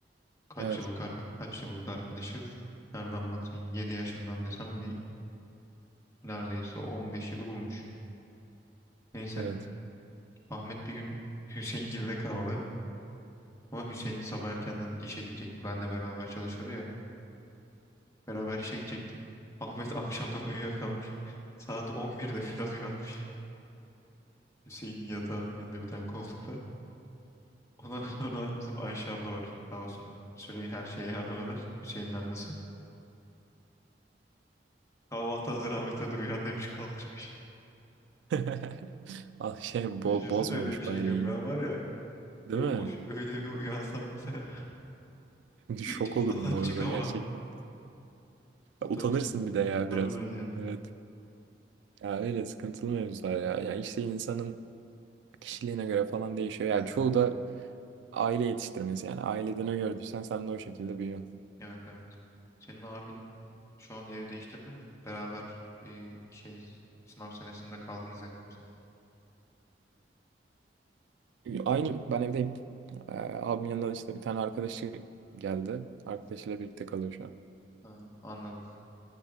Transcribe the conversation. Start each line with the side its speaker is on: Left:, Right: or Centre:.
Left: Kaç
Right: Evet,
Left: yıllık, ar- kaç yıllık arkadaşız. Nereden baksan 7 yaşından desem bir neredeyse 15 yılı bulmuş. Neyse
Right: evet.
Left: Ahmet bir gün <laughs> Hüseyingil'de kaldı. Ama Hüseyin sabah erkenden işe gidecekti. Benle beraber çalışıyordu ya. Beraber işe gidecektik. Ahmet <laughs> akşamdan uyuyakalmış. Saat 11'de filan uyanmış. Hüseyin'in yatağının yanında bir tane koltukta. Ondan <laughs> sonra bizim Ayşe abla var. Sağ olsun süreyi her şeye yardım eder. Hüseyin'in annesi. Kahvaltı hazır Ahmet hadi uyan demiş kaldırmış.
Right: <laughs> Al Şey
Left: <laughs> Düşünsene
Right: bo bozmamış
Left: öyle bir şey.
Right: bari
Left: gel.
Right: iyi.
Left: Ben var ya
Right: Değil
Left: ö-
Right: mi?
Left: o- öyle bir uyansam mesela <laughs>
Right: <laughs> Şok
Left: hiç odadan
Right: olurum bu
Left: çıkamazdım.
Right: arada gerçekten.
Left: Utançtan.
Right: Utanırsın bir de ya
Left: Harbiden
Right: biraz.
Left: yani.
Right: Evet. Ya öyle sıkıntılı mevzular ya. Ya işte insanın kişiliğine göre falan değişiyor. Ya
Left: Yani
Right: çoğu da aile yetiştirmesi yani ailede ne gördüysen sen de o şekilde büyüyorsun.
Left: Evet evet. Senin abin şu an ev değiştirdi mi? Beraber e, şey sınav senesinde kaldınız evde misin?
Right: Aynı ben evdeyim. Ee, abimin yanında işte bir tane arkadaşı geldi. Arkadaşıyla birlikte kalıyor şu an.
Left: Ha, anladım.